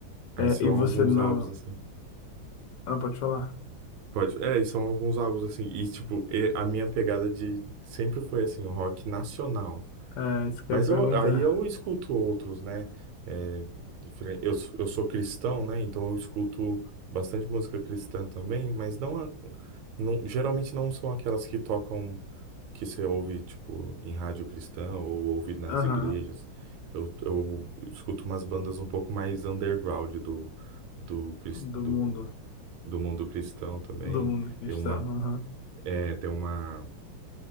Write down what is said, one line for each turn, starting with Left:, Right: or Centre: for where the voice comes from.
Right: Aí
Left: É,
Right: são
Left: e você
Right: alguns
Left: não.
Right: álbuns assim.
Left: Ah, não pode falar.
Right: Pode. É, e são alguns álbuns assim. E, tipo, e- a minha pegada de. Sempre foi assim, o rock nacional.
Left: É, isso que
Right: Mas
Left: eu ia perguntar.
Right: eu, aí eu escuto outros, né? É, diferen- eu, sou- eu sou cristão, né? Então eu escuto bastante música cristã também, mas não, a- não- geralmente não são aquelas que tocam, que você ouve, tipo, em rádio cristã ou ouve nas
Left: Aham.
Right: igrejas. Eu, eu escuto umas bandas um pouco mais underground do, do, cris-
Left: Do
Right: do,
Left: mundo.
Right: do mundo cristão também.
Left: Do mundo cristão.
Right: Tem uma,
Left: Aham.
Right: é, tem uma,